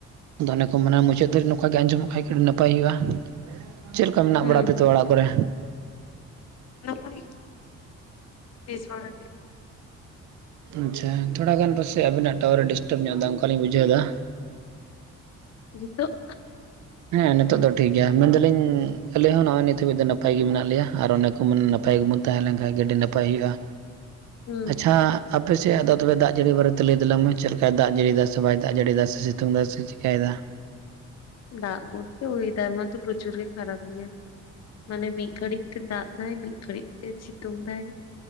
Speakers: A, on the right; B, on the left.
A: ᱫᱚ ᱚᱱᱮ ᱠᱚ ᱢᱮᱱᱟ ᱢᱩᱪᱟᱹᱫ ᱫᱷᱟᱹᱨᱤᱡ ᱱᱚᱝᱠᱟ ᱜᱮ ᱟᱸᱡᱚᱢᱚᱜ ᱠᱷᱟ ᱱᱟᱯᱟᱭ ᱦᱩᱭᱩᱜ ᱟ ᱪᱮᱫ ᱞᱮᱠᱟ ᱢᱮᱱᱟᱜ
B: ᱦᱩᱸ
A: ᱵᱟᱲᱟ ᱯᱮ
B: ᱦᱩᱸ
A: ᱛᱚ ᱚᱲᱟᱜ ᱠᱚᱨᱮ?
B: ᱱᱟᱯᱟᱭ ᱜᱮ, ᱵᱮᱥ ᱵᱟᱲᱟ ᱜᱮ।
A: ᱟᱪᱪᱷᱟ ᱛᱷᱚᱲᱟ ᱜᱟᱱ ᱯᱟᱥᱮ ᱟᱵᱤᱱᱟᱜ ᱴᱟᱣᱟᱨ ᱰᱤᱥᱴᱟᱵ ᱧᱚᱜ ᱮᱫᱟ ᱚᱱᱠᱟᱞᱤᱧ ᱵᱩᱡᱟᱹᱣ ᱮᱫᱟ।
B: ᱱᱤᱛᱚᱜ?
A: ᱦᱮᱸ ᱱᱤᱛᱚᱜ ᱫᱚ ᱴᱷᱤᱠ ᱜᱮᱭᱟ। ᱢᱮᱱᱫᱟᱞᱤᱧ ᱟᱞᱮ ᱦᱚᱸ ᱱᱚᱜᱼᱚᱭ ᱱᱤᱛ ᱦᱟᱹᱵᱤᱡ ᱫᱚ ᱱᱟᱯᱟᱭ ᱜᱮ ᱢᱮᱱᱟᱜ ᱞᱮᱭᱟ ᱟᱨ ᱚᱱᱮ ᱠᱚ ᱢᱮᱱ ᱱᱟᱯᱟᱭ ᱜᱮᱵᱚᱱ ᱛᱟᱦᱮᱸ ᱞᱮᱱ ᱠᱷᱟᱱ ᱜᱮ ᱟᱹᱰᱤ ᱱᱟᱯᱟᱭ ᱦᱩᱭᱩᱜᱼᱟ।
B: <inaudible>
A: ᱟᱪᱪᱷᱟ
B: ᱦᱩᱸ
A: ᱟᱯᱮ ᱥᱮᱫ ᱟᱫᱚ ᱛᱚᱵᱮ ᱫᱟᱜ ᱡᱟᱹᱲᱤ ᱵᱟᱨᱮᱛᱮ ᱞᱟᱹᱭ ᱛᱟᱞᱟᱝ ᱢᱮ, ᱪᱮᱫ ᱞᱮᱠᱟᱭ ᱫᱟᱜ ᱡᱟᱹᱲᱤᱭᱫᱟ ᱥᱮ ᱵᱟᱭ ᱫᱟᱜ ᱡᱟᱹᱲᱤᱭ ᱫᱟ ᱥᱮ ᱥᱤᱛᱩᱝ ᱫᱟᱭ ᱥᱮ ᱪᱮᱠᱟᱭ ᱫᱟ?
B: ᱫᱟᱜ ᱵᱚᱞᱛᱮ ᱚᱭᱮᱫᱟᱨ ᱢᱟᱛᱚ ᱯᱨᱚᱪᱩᱨ ᱜᱮ ᱠᱷᱟᱨᱯ ᱜᱮᱭᱟ᱾ ᱢᱟᱱᱮ ᱢᱤᱫ ᱜᱷᱟᱹᱲᱤᱡ ᱛᱮ ᱫᱟᱜ ᱮᱟᱭ, ᱢᱤᱫ ᱜᱷᱟᱹᱲᱤᱡ ᱛᱮ ᱥᱤᱛᱩᱝ ᱫᱟᱭ।